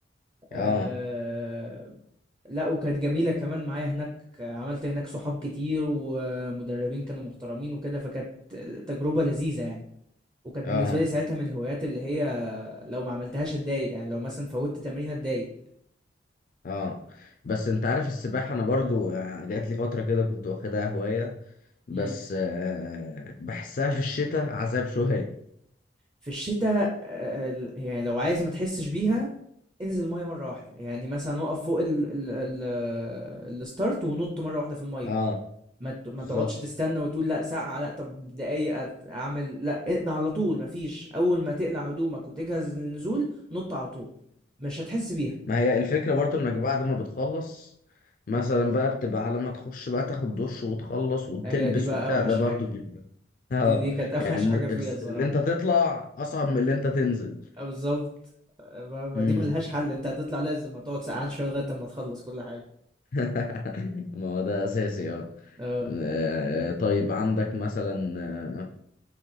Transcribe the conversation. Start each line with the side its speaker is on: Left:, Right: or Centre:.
Left: اه
Right: آه، لا وكانت جميلة كمان معايا هناك عملت هناك صحاب كتير ومدربين كانوا محترمين وكده فكانت تجربة لذيذة يعني وكانت
Left: اه
Right: بالنسبة لي ساعتها من الهوايات اللي هي لو ما عملتهاش اتضايق يعني لو مثلا فوتت تمرين اتضايق
Left: اه بس انت عارف السباحة انا برضو آه، جات لي فترة كده كنت واخدها هواية بس
Right: امم
Left: آه بحسها في الشتاء عذاب شوية
Right: في الشتاء آه، ال- يعني لو عايز ما تحسش بيها انزل الميه مره واحده يعني مثلا اقف فوق ال ال ال الستارت ونط مره واحده في الميه
Left: اه
Right: ما ت- ما
Left: بالظبط
Right: تقعدش تستنى وتقول لا ساعه لا طب دقايق أت- اعمل لا اقلع على طول ما فيش اول ما تقلع هدومك وتجهز للنزول نط على طول مش هتحس بيها
Left: ما هي الفكرة برضو انك بعد ما بتخلص مثلا بقى بتبقى على ما تخش بقى تاخد دش وتخلص وتلبس
Right: هي دي بقى
Left: وبتاع
Right: اوحش
Left: ده برضو
Right: حاجه
Left: بيبقى اه
Right: دي دي كانت <laughs> اوحش
Left: يعني إن-
Right: حاجه فيها الصراحه
Left: اللي انت تطلع اصعب من اللي انت تنزل
Right: آه، بالظبط آه، ما ما
Left: امم
Right: دي ملهاش حل انت هتطلع لازم هتقعد سقعان شويه لغايه اما تخلص كل حاجه
Left: <laughs> ما هو ده اساسي اه
Right: اه
Left: آه، طيب عندك مثلا آه،